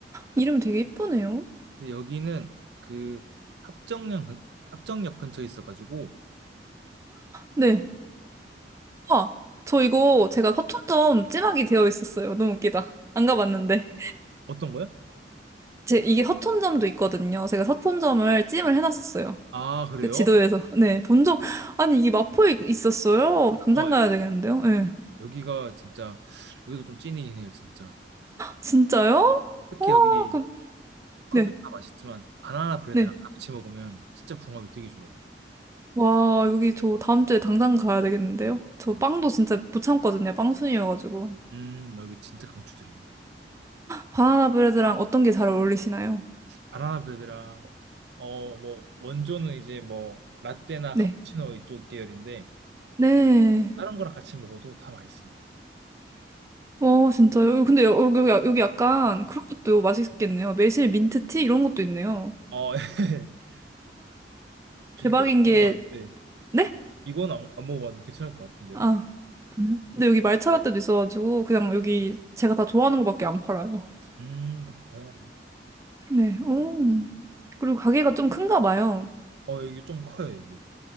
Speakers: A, on the right (about 15°); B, on the right (about 65°).
A: 이름 되게 예쁘네요.
B: 근데 여기는 그 합정역 근- 합정역 근처에 있어가지고
A: 네. 아, 저 이거 제가 서촌점 찜하기 되어 있었어요. 너무 웃기다. 안 가봤는데.
B: 어떤 거야?
A: 제 이게 서촌점도 있거든요. 제가 서촌점을 찜을 해놨었어요.
B: 아 그래요?
A: 그 지도에서. 네, 본 적, 아니, 이게 마포에 있- 있었어요. 당장
B: 어
A: 가야
B: 예.
A: 되겠는데요? 네.
B: 여기가 진짜 여기도 좀 찐이긴 해요 진짜.
A: 진짜요?
B: 특히
A: 와,
B: 여기
A: 그럼,
B: 커피도
A: 네,
B: 맛있지만 바나나 브레드랑
A: 네.
B: 같이 먹으면 진짜 궁합이 되게 좋아요.
A: 와, 여기 저 다음 주에 당장 가야 되겠는데요? 저
B: 네.
A: 빵도 진짜 못 참거든요. 빵순이여가지고.
B: 음 여기 진짜 강추드립니다.
A: 바나나 브레드랑 어떤 게 잘 어울리시나요?
B: 바나나 브레드랑 어 뭐 원조는 이제 뭐 라떼나
A: 네.
B: 카푸치노 이쪽 계열인데
A: 네.
B: 다른 거랑 같이 먹어도 다 맛있어요.
A: 어, 진짜요? 어, 근데 여- 여기, 여기 약간 그런 것도 맛있겠네요. 매실 민트티 이런 것도 있네요.
B: 어 <laughs> 저
A: 대박인
B: 이건 안
A: 게,
B: 먹어봤는데
A: 네?
B: 이건 안, 안 먹어봤는데 괜찮을 것 같은데요?
A: 아, 그래요? 근데 여기 말차라떼도 있어가지고 그냥 여기 제가 다 좋아하는 것밖에 안 팔아요.
B: 음, 그렇구나.
A: 네, 오. 그리고 가게가 좀 큰가 봐요.
B: 어, 이게 좀 커요, 이게.